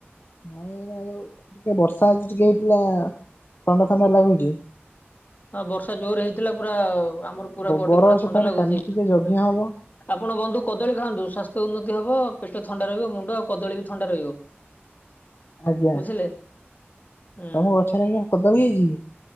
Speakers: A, on the left; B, on the left.
A: ନାଇଁ ଏଇନା ଯୋଉ ଟିକେ ବର୍ଷା ହୋଉଛି ଟିକେ ଏଇକିନା ଥଣ୍ଡା ଥଣ୍ଡା ଲାଗୁଛି।
B: ହଁ ବର୍ଷା ଜୋର ହେଇଥିଲା ପୁରା ଆମର ପୁରା
A: ବର
B: ବଡି ପୁରା
A: ଗଛ
B: ଥଣ୍ଡା
A: ପାଖରେ
B: ଲାଗୁଛି।
A: କାଲି ଟିକେ ଯଜ୍ଞ ହବ
B: <inaudible> ଆପଣ ବନ୍ଧୁ କଦଳୀ ଖାଆନ୍ତୁ ସ୍ୱାସ୍ଥ୍ୟ ଉନ୍ନତି ହବ ପେଟ ଥଣ୍ଡା ରହିବ ମୁଣ୍ଡ ଆଉ କଦଳୀ ବି ଥଣ୍ଡା ରହିବ।
A: ଆଜ୍ଞା।
B: ବୁଝିଲେ ହୁଁ
A: ତମ ଗଛରେ ଆଜ୍ଞା କଦଳୀ ହେଇଛି କି?